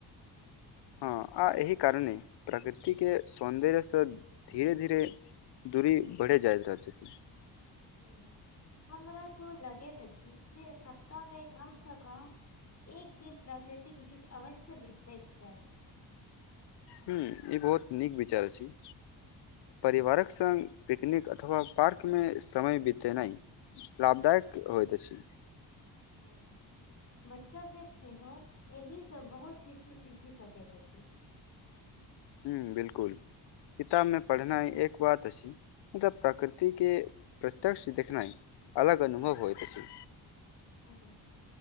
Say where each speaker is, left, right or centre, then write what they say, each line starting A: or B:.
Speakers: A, on the left; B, on the left.
A: हँ आ एहि कारणे प्रकृतिके सौन्दर्यसँ धीरे धीरे दूरी बढ़े जाय छथि
B: हू हमरा तो लगैत छै जे सप्ताह मे कमसँ कम एक दिन प्राकृतिक बीज अवश्य बितबयके चाही
A: हू ई बहुत नीक विचार अछि परिवारक संग पिकनिक अथवा पार्कमे समय बितेनाइ लाभदायक होइत अछि
B: हुॅं बच्चा सब सेहो एहि स बहुत किछु सीखि सकैत अछि
A: हुॅं बिलकुल किताबमे पढ़नाइ एक बात अछि मुदा प्रकृतिके प्रत्यक्ष देखनाइ अलग अनुभव होइत अछि
B: हुॅं